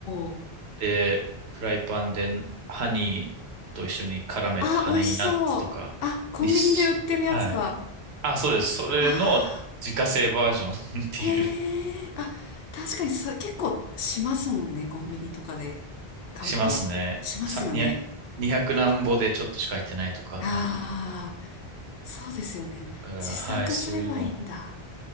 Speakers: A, on the left (about 70°); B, on the right (about 85°).
A: お。
B: で、フライパンでハニーと一緒に絡めて、
A: あ、
B: ハニーナッツとかにし、
A: 美味しそう。あ、コンビニで売ってるやつだ。
B: はい。あ、そうです。それの自家製バージョン
A: あ
B: <laughs> っていう、
A: ー、へえ。あ、確かにそ、結構しますもんね。コンビニとかで買うと。
B: しますね。
A: しますよね。
B: さ、にひゃく、200何ぼでちょっとしか入ってないとか、
A: ああ、
B: なんか。
A: そうですよね。
B: だから、
A: 自作すればいいんだ。
B: はい、そういうの。